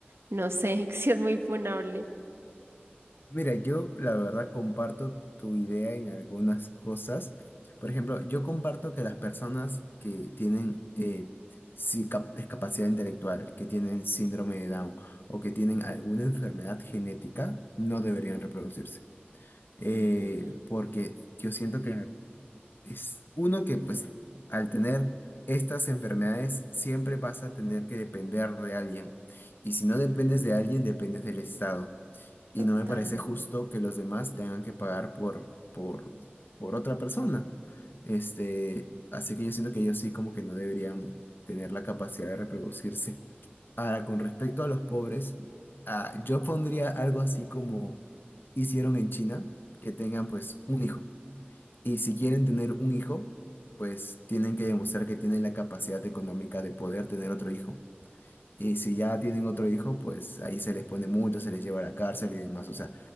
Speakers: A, on the right; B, on the left.
A: No sé <laughs> si es muy funable.
B: Mira, yo la verdad comparto tu idea en algunas cosas. Por ejemplo, yo comparto que las personas que tienen eh, sí, cap- discapacidad intelectual, que tienen síndrome de Down o que tienen alguna enfermedad genética, no deberían reproducirse. Eh,
A: Ujú,
B: porque yo siento que es uno que pues al tener estas enfermedades siempre vas a tener que depender de alguien. Y si no dependes de alguien, dependes del Estado. Y
A: total.
B: no me parece justo que los demás tengan que pagar por, por, por otra persona. Este, así que yo siento que ellos sí como que no deberían tener la capacidad de reproducirse. Ahora, con respecto a los pobres, ah, yo pondría algo así como hicieron en China, que tengan pues un hijo. Y si quieren tener un hijo, pues tienen que demostrar que tienen la capacidad económica de poder tener otro hijo. Y si ya tienen otro hijo, pues ahí se les pone mucho, se les lleva a la cárcel y demás. O sea,